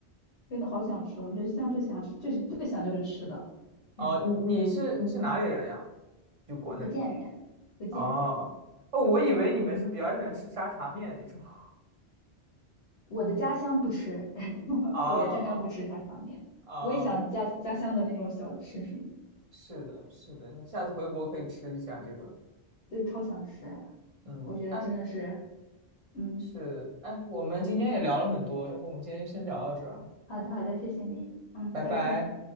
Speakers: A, on the left; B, on the right.
A: 真的好想吃，我觉得现在最想吃最最想就是吃的，
B: 哦，
A: 天呐，
B: 你你是你是哪里人呀？就国内。
A: 不见人，不见人，
B: 哦哦，哦我以为你们是比较喜欢吃沙茶面那种。<laughs>
A: 我的家乡不吃，<laughs>
B: 哦哦
A: 我的家乡不吃沙茶面，
B: 哦哦，
A: 我也想家家乡的那种小吃什么的
B: 是的，是的，你下次回国可以吃一下这个。
A: 对，超想吃呀，
B: 嗯，
A: 我觉得真的是。
B: 哎，
A: 嗯，
B: 是的，哎，我们今天也聊了很多，要不我们今天就先聊到这儿啊，
A: 好的，好的，谢谢您。嗯，
B: 拜拜。
A: 再见。